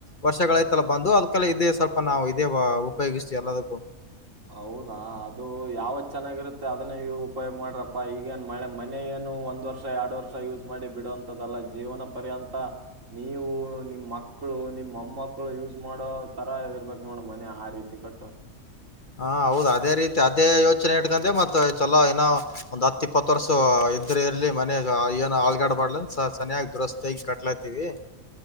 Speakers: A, on the left (about 40°); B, on the right (about 60°).
A: ವರ್ಷಗಳ ಐತಲ್ಲ ಬಂದು ಅದ್ಕಲ್ಲ ಇದೇ ಸ್ವಲ್ಪಾವು ಇದೇ ಉಪಯೋಗಿಸ್ತವಿ ಎಲ್ಲದಕ್ಕೂ
B: ಹೌದಾ ಅದು ಯಾವತ್ ಚೆನ್ನಾಗಿರುತ್ತೆ ಅದನ್ನ ಇವರು ಉಪಯೋಗ್ ಮಾಡ್ರಪ್ಪಾ ಈಗೇನ್ ಮಳೆ ಮನೆ ಏನ್ ಒಂದ್ ವರ್ಷ ಎರಡು ವರ್ಷ ಯೂಸ್ ಮಾಡಿ ಬಿಡುವಂತದಲ್ಲ ಜೀವನ ಪರ್ಯಂತ ನೀವು ನಿಮ್ಮ್ ಮಕ್ಕ ಮಕ್ಕಳು ನಿಮ್ಮ್ ಮಮ್ಮಕ್ಕಳು ಯೂಸ್ ಮಾಡೋ ತರ ಇರ್ಬೇಕ್ ನೋಡ ಮನೆ ಆ ರೀತಿ ಕಟ್ಟು
A: ಹಾ ಹೌದ ಅದೇ ರೀತಿ ಅದೇ ಯೋಚನೆ ಇಟ್ಕೊಂಡೆ ಮತ್ತ ಚಲೋ ಏನೋ ಒಂದ್ ಹತ್ ಇಪ್ಪತ್ತು ವರ್ಷ ಇದ್ರ ಇರ್ಲಿ ಮನ್ಯಾಗ ಏನೋ ಅಳಗಡ್ಬಾರ್ಡ್ ಸನಯಾಗಿ ದುರಸ್ತಿಯಾಗಿ ಕಟ್ಲಾತಿವಿ